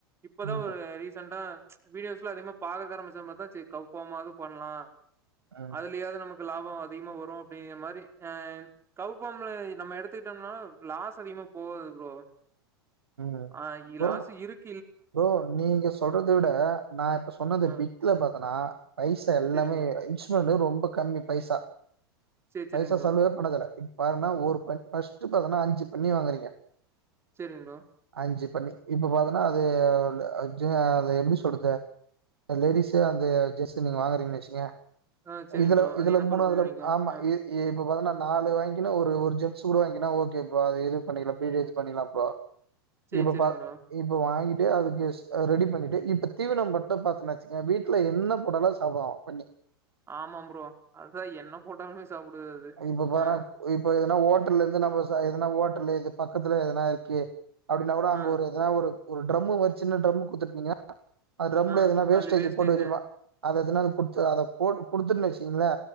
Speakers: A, on the right; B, on the right.
A: இப்பதா
B: ம்
A: ஒரு ரீசன்டா வீடியோஸ்லா அதிகமா பாக்கக்க ஆரம்பிச்ச மாரி தா செரி கவ் ஃபாமாவது பண்ணலா
B: ம்
A: அதுலயாவது நமக் லாபோ அதிகமா வரு அப்டிங்கிற மாரி அ கவ் ஃபாம்ல நம்ம எடுத்துக் கிட்டம்னா லாஸ் அதிகமா போகாது ப்ரோ
B: ம்
A: ஆ இலாசு
B: ப்ரோ
A: இருக்
B: ப்ரோ நீங்க சொல்றத விட நா இப்ப சொன்னது
A: ஆ
B: பிக்ல பாத்தனா பைசா எல்லாமே
A: சேரிங் ப்ரோ
B: இன்ச் பர் டே ரொம்ப கம்மி பைசா
A: சேரி சேரிங்
B: பைசா
A: ப்ரோ
B: செலவே பண்ண தேவல பாருனா ஒரு பண் ஃபஸ்ட் பாத்தனா அஞ்சு பண்ணி வாங்கறீங்க
A: செரிங் ப்ரோ
B: அஞ்சு பண்ணி இப்ப பாத்தனா அது ஆக்சுலா அத எப்டி சொல்றது லேடிஸு அந்த ஜெஸ்சு நீங்க வாங்குறீங்கன்னு வச்சீங்க
A: ஆ சேரிங்
B: இதுல
A: ப்ரோ அது
B: இதுல
A: என்ன
B: மூணாத்துல
A: பருக்கம்
B: அதுல
A: பண்ணிக்கு
B: ஆமா
A: ஆ
B: இ இப்ப பாத்தங்கன்னா நாலு வாங்கினா ஒரு ஜென்ஸ் கூட வாங்கினா ஓகே ப்ரோ அது இது பண்ணிக்கலா பீடு இது பண்ணிலா ப்ரோ
A: சேரி
B: இப்ப
A: சேரிங்
B: பா
A: ப்ரோ
B: இப்ப வாங்கிட்டு அதுக்கு ஸ் ரெடி பண்ணிட்டு இப்ப தீவின மட்டு பாத்தன வச்சுக்க வீட்ல என்ன போட்டாலு சாப்டுவா பன்னி
A: ஆமாம் ப்ரோ அதுதா என்ன போட்டாலுமே சாப்டுது அது
B: இப்ப பனா
A: ஆ
B: இப்ப எதுனா ஓட்டல்ல இருந்து நம்ம எதனா ஓட்டல்ல இது பக்கத்துல எதனா இருக்கே அப்டின்னா கூட அங்க
A: ஆ
B: ஒரு எதனா ஒரு ட்ம்ரமு மாறி ஒரு சின்ன டிரம்மு குடுத்துருந்தீங்க அது ட்ரம்பள
A: ஆ
B: எதுனா வேஸ்டேஜ்
A: அதுல வேஸ்டேஜு
B: போட்டு வச்சிருப்பா அது எதுனது குடுத்து அத போ குடுத்துன்னு வச்சக்கங்களே